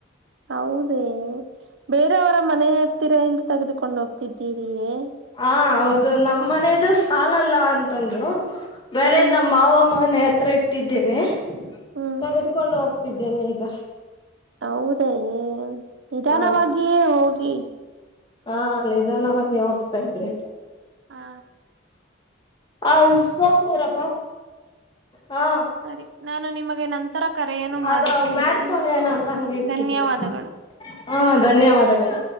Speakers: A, on the right (about 70°); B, on the left (about 25°).
A: ಹೌದೇ ಬೇರೆಯವರ ಮನೆ ಹತ್ತಿರ ಹೇಂಗ ತೆಗೆದುಕೊಂಡು ಹೋಗ್ತಿದ್ದೀರಿಯೇ
B: ಹ ಹೌದು ನಮ್ ಮನೇದು ಸಾಲಲ್ಲ ಅಂತಂದ್ರು ಬೇರೆ
A: ಹ್ಮ್
B: ನಮ್ಮ ಮಾವಮ್ಮ ಮನೆ ಹತ್ರ ಇಟ್ಟಿದ್ದೇನೆ
A: ಹ್ಮ್
B: ತೆಗೆದುಕೊಂಡು ಹೋಗ್ತಿದ್ದೇನೆ ಈಗ
A: ಹೌದೇ ನಿಧಾನವಾಗಿ
B: ಹ
A: ಹೋಗಿ
B: ಹಾ ನಿದಾನವಾಗಿ ಹೋಗ್ತಾ ಇದ್ದೆ
A: ಹಾ
B: ಹ ಸೊಪ್ ನೀರಪ್ಪ ಹಾ
A: ಸರಿ ನಾನು ನಿಮಗೆ ನಂತರ ಕರೆಯನ್ನು ಮಾಡುತ್ತೇನೆ
B: ಆದ ಮಾಟ್ ತಗೋ ಅಂತ ಹ ಹತ
A: ಧನ್ಯವಾದಗಳು
B: <unintelligible> ಹಾ ಧನ್ಯವಾದಗಳು